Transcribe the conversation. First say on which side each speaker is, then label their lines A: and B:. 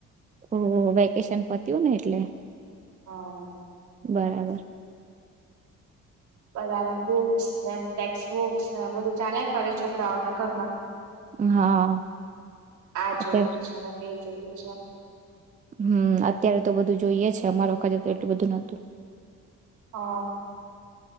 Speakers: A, on the right; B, on the right.
A: ઓ વેકેશન પતયુંને એટલે.
B: હા.
A: બરાબર.
B: પરાવે બુક્સ ટેક્સ બુક્સ બધું ચાલ્યા કરે છોકરાઓના ઘરમાં.
A: હા,
B: આ
A: <inaudible>
B: જોઈએ
A: અત્યારે
B: છે ને તે જોઈએ શાક.
A: હમ, અત્યારે તો બધું જોઈએ છે અમારા વખતે તો એટલું બધું નહતું.
B: હા.